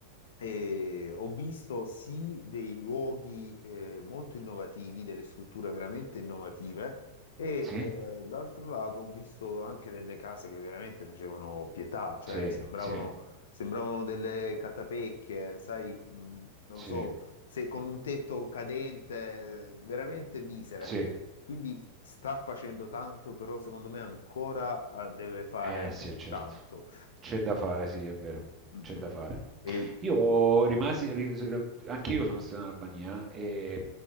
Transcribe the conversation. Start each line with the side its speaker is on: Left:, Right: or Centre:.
Left: E ho visto sì dei luoghi eh, molto innovativi, delle strutture veramente innovative e
Right: Sì,
Left: eh, d'altro lato ho visto anche delle case che veramente facevano pietà, cioè
Right: sì,
Left: sembravano,
Right: sì,
Left: sembravano delle catapecchie, sai, mh, non
Right: sì,
Left: lo so, se con un tetto cadente, eh, veramente misere.
Right: sì.
Left: Quindi sta facendo tanto, però secondo me ancora eh, deve fare
Right: Eh sì, certo.
Left: tanto.
Right: C'è da fare, sì, è vero.
Left: Mm,
Right: C'è
Left: mm,
Right: da
Left: mm.
Right: fare.
Left: E...
Right: Io rimasi, ri- anche io sono stato in Albania e